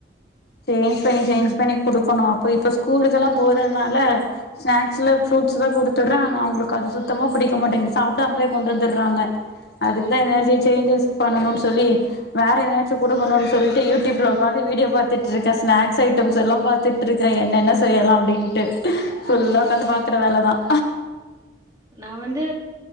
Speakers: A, on the left; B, on the right.
A: சேஞ்ச் பண்ணி சேஞ்ச் பண்ணி குடுக்கணும் அப்ப இப்ப ஸ்கூலுக்குெல்லாம் போறதுனால ஸ்நாக்ஸ்ல ஃப்ரூட்ஸ் தான் குடுத்துடுறாங்க ஆனா அவங்களுக்கு அது சுத்தமா பிடிக்க மாட்டேங்க சாப்பிடாமலே கொண்டு வந்துடுறாங்க அதுக்கு தான் என்ன சேஞ்சஸ் பண்ணணும்னு சொல்லி வேற நேச்சு கொடுக்கணும்னு சொல்லி யூடியூப்ல ப்ப வீடியோ பாத்துட்டு இருக்கன் ஸ்நாக்ஸ் ஐட்டம்ஸ் எல்லாம் பாார்த்தட்டு இருக்கிறேன் என்ன என்ன செய்யலாம்
B: ம்
A: அப்படின்ட்டு ஃபுல்லா உட்காந்து பாக்குற வேலைதான்
B: நான் வந்து